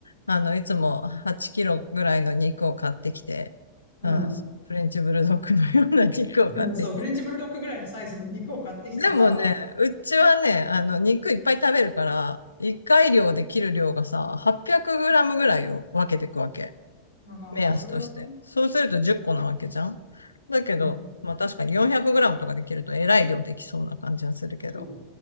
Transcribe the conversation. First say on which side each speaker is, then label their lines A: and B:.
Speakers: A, on the left; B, on the left.
A: あの、いつも8キロぐらいの肉を買ってきて、
B: うん。
A: うん、そうフレンチブルドッグのような肉を買ってきて。
B: うんそう、フレンチブルドッグぐらいのサイズの肉を買ってきてさ、
A: でもね、うちはね、あの、肉いっぱい食べるから、1回量で切る量がさ、800グラムぐらいを分けていくわけ。
B: ああ、まあ、
A: 目安として。
B: それはね、
A: そうすると10個なわけじゃん。だけど、
B: うん。
A: まあ確かに400グラムとかできるとえらい量できそうな感じはするけど。
B: そ